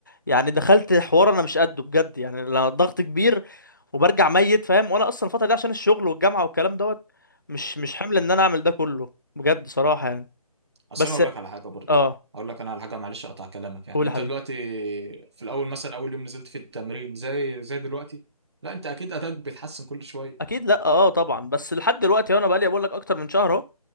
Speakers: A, on the left; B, on the right.
A: يعني دخلت حوار انا مش قده بجد يعني لا ضغط كبير وبرجع ميت فاهم وانا اصلا الفتره دي عشان الشغل والجامعه والكلام دوت مش مش حمل
B: ايوه
A: ان انا اعمل ده كله بجد صراحه يعني
B: اصل
A: بس
B: انا اقول لك على حاجه برضه
A: اه
B: اقول لك انا على حاجه معلش اقطع كلامك يعني
A: قول يا
B: انت
A: حبيبي
B: دلوقتي في الاول مثلا اول يوم نزلت في التمرين زي زي دلوقتي لا انت اكيد اداك بيتحسن كل شويه
A: اكيد لا اه طبعا بس لحد دلوقتي انا بقالي بقول لك اكتر من شهر اهو